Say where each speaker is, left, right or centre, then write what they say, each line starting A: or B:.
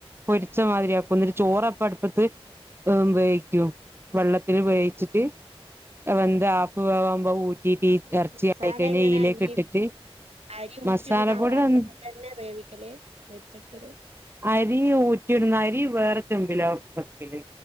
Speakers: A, on the right; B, on the right.
A: പൊരിച്ച മാതിരിയാക്കും എന്നിട്ട് ചോറപ്പ അടുപ്പത്ത് ഏ വേവിക്കും വെള്ളത്തില് വേവിച്ചിട്ട് വെന്ത് ആഫ് വേവാവുമ്പോ ഊ റ്റിട്ട് ഈ എറച്ചി
B: മസാല
A: ആയി കഴിഞ്ഞാ
B: എങ്ങനെ
A: ഈയിലേക്ക്
B: ഈ
A: റ്റിട്ട്
B: അരി ഊറ്റിടണ
A: മസാല
B: ആ
A: പൊടി
B: പാത്രത്തിൽ
A: <unintelligible>
B: തന്നെ വേവിക്കല് പൊരിച്ചെടുക്കല്
A: അരി ഊറ്റിടുന്ന അരി വേറെ ചെമ്പിലാ വെക്കല്